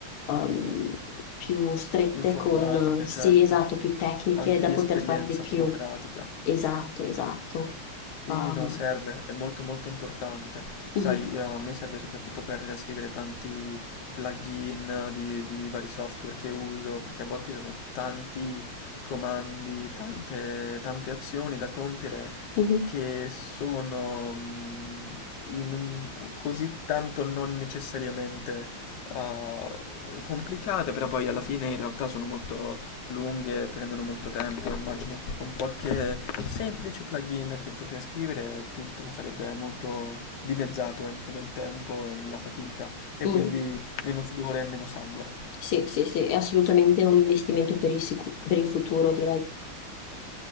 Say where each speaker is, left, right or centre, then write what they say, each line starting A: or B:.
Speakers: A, on the left; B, on the left.
A: ehm, più strette
B: Informatica,
A: con, sì,
B: certo,
A: esatto, più tecniche
B: anche
A: da
B: di
A: poter
B: esperienza
A: fare di più.
B: proprio pratica.
A: Esatto, esatto.
B: Sì,
A: Um,
B: no, serve, è molto molto importante. Sai,
A: mhm,
B: eh, a me serve soprattutto per scrivere tanti plugin di, di vari software che uso, perché a volte sono tanti comandi, tante, tante azioni da compiere
A: mhm,
B: che sono mm, in un- così tanto non necessariamente uh, complicate, però poi alla fine in realtà sono molto lunghe prendono molto tempo, immagino che con qualche semplice plugin che potrei scrivere tutto sarebbe molto dimezzato ecco, nel tempo e nella fatica e
A: mm.
B: quindi meno sudore e meno sangue.
A: Sì, sì, sì, è assolutamente un investimento per il, sicu- per il futuro, direi.